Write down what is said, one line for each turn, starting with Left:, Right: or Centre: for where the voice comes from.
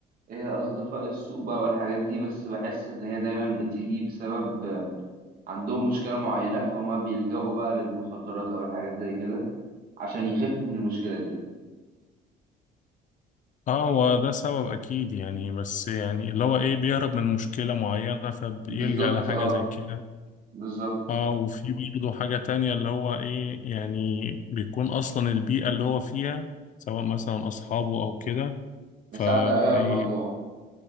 Right: إيه أصدقاء السوء بقى والحاجات دي بس بحس إن هي دايما بتيجي بسبب آه، عندهم مشكلة معينة فهما بيلجأوا بقى للمخدرات أو الحاجات زي كده عشان يخفوا من المشكلة دي
Left: اه هو ده سبب أكيد يعني بس يعني اللي هو إيه بيهرب من مشكلة معينة فبيلجأ
Right: بالظبط
Left: لحاجة
Right: اه
Left: زي كده
Right: بالظبط
Left: اه وفي برضه حاجة تانية اللي هو إيه يعني بيكون أصلا البيئة اللي هو فيها سواء مثلا أصحابه أو كده
Right: مساعدة
Left: فبي
Right: قوي على الموضوع